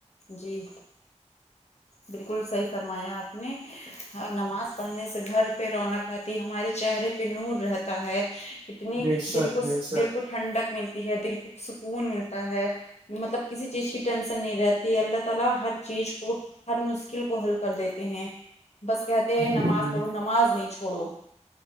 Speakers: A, on the left; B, on the right.
A: جی بالکل صحیح فرمایا آپ نے نماز پڑھنے سے گھر پہ رونق رہتی ہے ہمارے چہرے پہ نور رہتا ہے کتنی
B: بے شک
A: دل کو
B: بے شک
A: دل کو ٹھنڈک ملتی ہے دل کو سکون ملتا ہے مطلب کسی چیز کی ٹینسن نہیں رہتی ہے اللہ تلا ہر چیز کو ہر مشکل کو حل کر دیتے ہیں بس کہ نماز
B: جی جی
A: پڑھو نماز نہیں چھوڑو